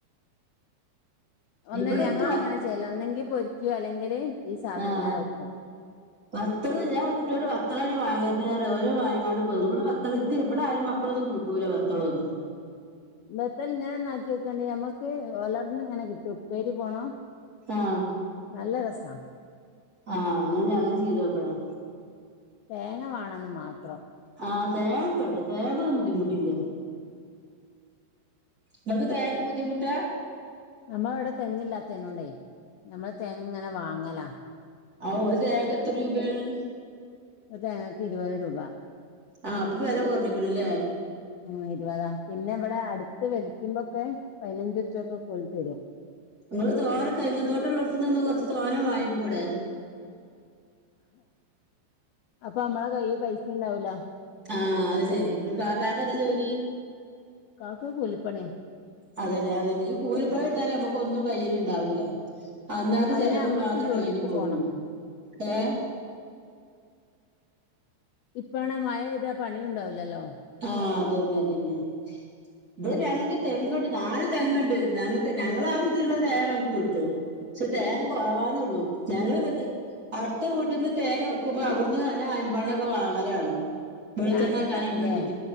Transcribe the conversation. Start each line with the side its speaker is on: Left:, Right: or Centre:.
Left: ഒന്നെയ്
Right: ഇവിടെ
Left: ഞങ്ങള്
Right: ഇക്ക്
Left: അങ്ങനെ ചെയ്യല് ഒന്നെങ്കി പൊരിക്ക്യോ അല്ലെങ്കില് ഈ സാധനം
Right: ആഹ്
Left: ഇങ്ങനെ വെക്കും
Right: വത്തള് ഞാൻ കുട്ടിയോട് വത്തളാണങ്കി വാങ്ങര്തറയും ഓര് വാങ്ങിക്കാണ്ട് പോരും ഇവിടെ വത്തള് തി ഇവിടാരും മക്കളൊന്നും കൂട്ടൂല വത്തളൊന്നും
Left: ബത്തൽ ഇങ്ങനെന്നാക്കി നോക്കോണ്ടി ഞമ്മക്ക് ഒലർന്ന് ഇങ്ങനെ കിട്ടും ഉപ്പേരി പോണോ
Right: ആഹ്
Left: നല്ല രസാ
Right: ആഹ് ന്നാഞ്ഞി അങ്ങനെ ചെയ്തോക്കണം
Left: തേങ്ങ വാണംന്ന് മാത്രം
Right: ആഹ് തേങ്ങൊക്കെണ്ട് തേങ്ങക്കൊന്നും ബുദ്ധിമുട്ടില്ല ങ്ങക്ക് തേങ്ങക്ക് ബുദ്ധിമുട്ടാ
Left: നമ്മളവിടെ തെങ്ങ്ല്ലാത്തേനോണ്ടേ നമ്മള് തേങ്ങങ്ങനെ വാങ്ങലാ
Right: ഔ ഒരു തേങ്ങക്ക് എത്ര രൂപേണ്
Left: ഒരു തേങ്ങക്ക് ഇരുപത് രൂപ
Right: ആഹ് പ്പൊ വെല കൊർഞ്ഞ്ക്ക്ണ്ലേ
Left: ഉം ഇരുപതാ പിന്നെ ഇവ്ടെ അടുത്ത് വെലിക്കുമ്പൊക്കെ പൈനഞ്ചുറിപ്പ്യൊക്കെ കൊണ്ട്ത്തെരും.
Right: ങ്ങള് തോന തെങ്ങ് തോട്ടള്ളോട്ത്ത്ന്ന്ന്നാ കൊർച്ച് തോനെ വാങ്ങിക്കൂടെ.
Left: അപ്പൊ അമ്മളെ കൈയി പൈസേണ്ടാവൂല.
Right: ആഹ് അയ് ശെരി കാക്കക്കെന്താ ജോലി?
Left: കാക്ക കൂലിപ്പണിയാ
Right: അതല്ലേ അതന്നെ ഈ കൂലിപ്പണിട്ത്താല് ഞമ്മക്കൊന്നും കയ്യില്ണ്ടാവൂല. അന്നാത്തെ
Left: അല്ലെ
Right: ചെലവ്
Left: അമ്മക്ക്
Right: മാത്രേ
Left: ജോലിക്ക്
Right: കയിഞ്ഞി പോവോള്ളൂ,
Left: പോണം
Right: ഏഹ്?
Left: ഇപ്പാണേ മഴെയ്താ പണിയൂണ്ടാവൂലല്ലോ.
Right: ആഹ് അതെന്നെ അതെന്നെ. ഇവ്ടെ ഞങ്ങക്ക് തെങ്ങ്ണ്ട് നാല് തെങ്ങ്ണ്ട് ഞങ്ങക്ക് ഞങ്ങടാവശ്യത്തിന്ള്ള തേങ്ങ ഞങ്ങക്ക് കിട്ടും. ക്ഷേ തേങ്ങ കൊറവാന്നോള്ളൂ ഞങ്ങള് പ അടുത്ത വീട്ടീന്ന് തേങ്ങ വിക്ക്മ്പോ അവ്ട്ന്ന് അന്നെ അയ്മ്പെണ്ണൊക്കെ വാങ്ങലാണ്. വെള്ച്ചെണ്ണാക്കാനൊക്കെ
Left: ആട്ടിക്കാനില്ലേ
Right: വേണ്ടിറ്റ്